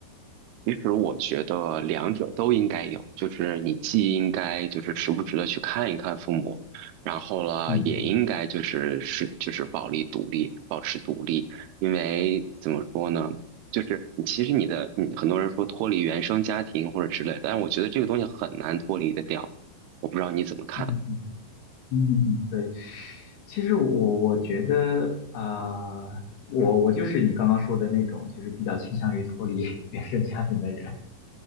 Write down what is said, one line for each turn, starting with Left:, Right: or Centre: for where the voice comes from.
Right: 其实我觉得两者都应该有，就是你既应该就是时不时的去看一看父母，然后呢，
Left: 嗯嗯
Right: 也应该就是是就是保利独立，保持独立，因为怎么说呢，就是你其实你的你很多人说脱离原生家庭或者之类的，但我觉得这个东西很难脱离得掉，我不知道你怎么看。
Left: 嗯嗯嗯嗯嗯，对。其实我我觉得，啊，我我就是你刚刚说的那种，就是比较倾向于脱离 <laughs> 原生家庭的人。